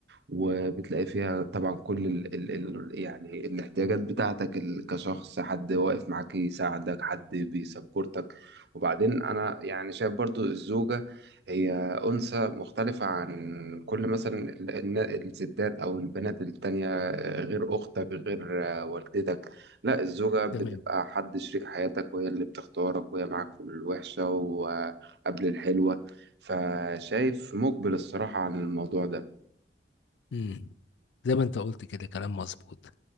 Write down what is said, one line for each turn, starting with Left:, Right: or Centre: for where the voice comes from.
Right: وبتلاقي فيها طبعا كل ال ال ال يعني الاحتياجات بتاعتك ال- كشخص حد واقف معاك يساعدك حد بيسبورتك وبعدين أنا يعني شايف برضو الزوجة هي أنثى مختلفة عن كل مثلا ال- النا- الستات أو البنات التانية غير أختك غير والدتك لا الزوجة بتبقى
Left: تمام
Right: حد شريك حياتك وهي اللي بتختارك وهي معاك في الوحشة وقبل الحلوة فشايف مقبل الصراحة عن الموضوع ده
Left: امم زي ما انت قلت كده كلام مظبوط